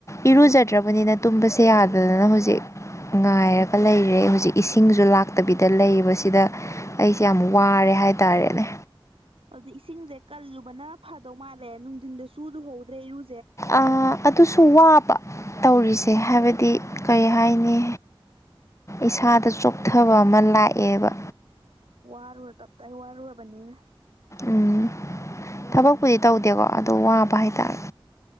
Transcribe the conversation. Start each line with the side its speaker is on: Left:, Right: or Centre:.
Left: ꯏꯔꯨꯖꯔꯦ ꯐꯠꯇ꯭ꯔꯕꯅꯤꯅ ꯇꯨꯝꯕꯁꯦ ꯌꯥꯗꯗꯅ ꯍꯧꯖꯤꯛ ꯉꯥꯏꯔꯒ ꯂꯩꯔꯦ ꯍꯧꯖꯤꯛ ꯏꯁꯤꯡꯁꯨ ꯂꯥꯛ ꯐꯠꯇꯕꯤꯗ ꯂꯩꯕꯁꯤꯗ ꯑꯩꯁꯦ ꯌꯥꯝ ꯋꯥꯔꯦ ꯍꯥꯏꯇꯥꯔꯦꯅꯦ
Right: ꯑꯗꯨ ꯏꯁꯤꯡꯁꯦ ꯀꯜꯂꯨꯕꯅ ꯐꯥꯗꯧ ꯃꯥꯜꯂꯦ ꯅꯨꯡꯊꯤꯟꯗꯁꯨ ꯂꯨꯍꯧꯗ꯭ꯔꯦ ꯏꯔꯨ
Left: ꯑ ꯑꯗꯨꯁꯨ ꯋꯥꯕ ꯇꯧꯔꯤꯁꯦ ꯍꯥꯏꯕꯗꯤ ꯀꯔꯤ ꯍꯥꯏꯅꯤ ꯏꯁꯥꯗ ꯆꯣꯛꯊꯕ ꯑꯃ ꯂꯥꯛꯑꯦꯕ
Right: ꯋꯥꯔꯨꯔ ꯇꯞꯇꯥꯏ ꯋꯥꯔꯨꯔꯕꯅꯤꯅ
Left: ꯎꯝ ꯊꯕꯛꯄꯨꯗꯤ ꯇꯧꯗꯦꯀꯣ ꯑ ꯋꯥꯕ ꯍꯥꯏꯇꯥꯔꯦ